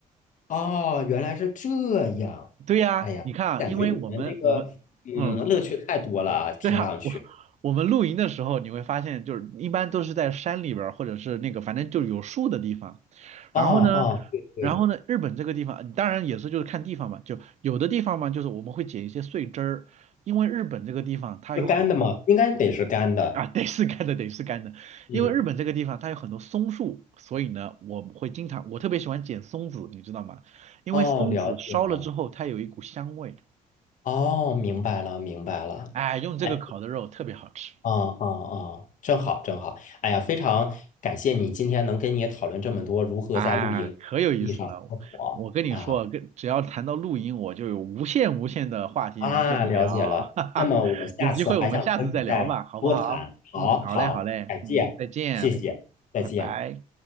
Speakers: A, on the left; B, on the right.
A: 哦，原来是这样，
B: 对呀，
A: 哎呀，
B: 你看啊因为我们我们，
A: 感觉你们这个嗯乐趣太多了啊，
B: 嗯。<laughs>
A: 听上去。
B: 对啊，我我们露营的时候，你会发现，就是一般都是在山里边儿，或者是那个反正就是有树的地方。
A: 啊啊，
B: 然后呢，
A: 对对，
B: 然后呢，日本这个地方，当然也是就是看地方嘛，就有的地方嘛，就是我们会捡一些碎枝儿，因为日本这个地方它有很多
A: 是干的吗？应该得是干的。
B: 啊，得是干的，得是干的，
A: 嗯。
B: 因为日本这个地方它有很多松树，所以呢，我会经常，我特别喜欢捡松子，你知道吗？因为松子烧了之后，
A: 哦，了解了，
B: 它有一股香味，
A: 哦，明白了，明白了。
B: 哎，用这个烤的肉特别好吃。
A: 哎，哦哦哦，正好正好。哎呀，非常感谢你今天能跟你讨论这么多如何在露营地上生活啊
B: 嗯啊，可有意思了！我跟你说，跟只要谈到露营，我就有无限无限的话题能跟你聊，
A: 啊，了解了。
B: <laughs> 哈哈。
A: 那么我下次还想跟你再多谈。
B: 有机会我们下次再聊吧，好不好？
A: 好好，
B: 嗯，好嘞，好嘞，
A: 感谢，
B: 嗯，再见，
A: 谢谢，再见。
B: 拜拜。